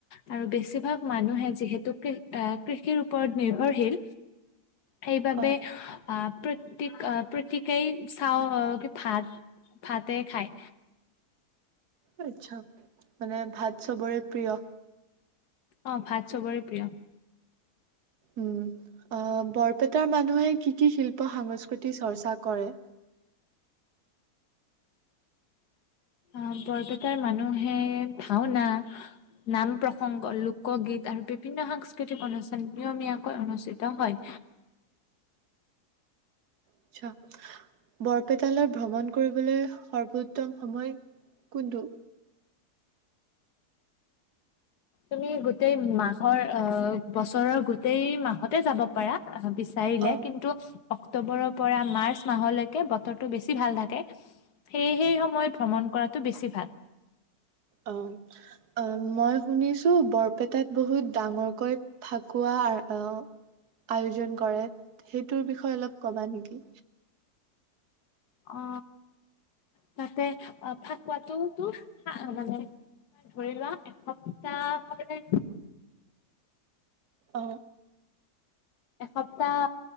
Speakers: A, on the left; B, on the right.
A: আৰু বেছিভাগ মানুহে যিহেতু আহ কৃষিৰ ওপৰত নিৰ্ভৰশীল। সেইবাবে।
B: অ',
A: আহ প্ৰতিক আহ প্ৰতিকেই চাওঁ ভাত ভাতে খায়।
B: আচ্ছা। মানে ভাত চবৰে প্ৰিয়।
A: অ ভাত চবৰে প্ৰিয়।
B: উম আহ বৰপেটাৰ মানুহে কি কি শিল্প সংস্কৃতি চৰ্চা কৰে?
A: আহ বৰপেটাৰ মানুহে ভাওনা, নাম প্ৰসংগ, লোকগীত আৰু বিভিন্ন সাংস্কৃতিক অনুষ্ঠান নিয়মীয়াকৈ অনুষ্ঠিত হয়।
B: আচ্ছা বৰপেটালৈ ভ্ৰমণ কৰিবলৈ সৰ্বোত্তম সময় কোনটো?
A: তুমি গোটেই মাহৰ অ বছৰৰ গোটেই মাহতে যাব পাৰা। বিচাৰিলে।
B: অ
A: কিন্তু, অক্টোবৰ পৰা মাৰ্চ মাহলৈকে বতৰটো বেছি ভাল থাকে। সেই সময় মই ভ্ৰমণ কৰাটো বেছি ভাল।
B: অ আহ! মই শুনিছো বৰপেটাত বহুত ডাঙৰকৈ ফাকুৱা আয়োজন কৰে, সেইটোৰ বিষয়ে অলপ ক'বা নেকি?
A: অ তাতে অ ফাকুৱটো তো মানে ধৰি লোৱা এসপ্তাহ হলে।
B: অ
A: এসপ্তাহ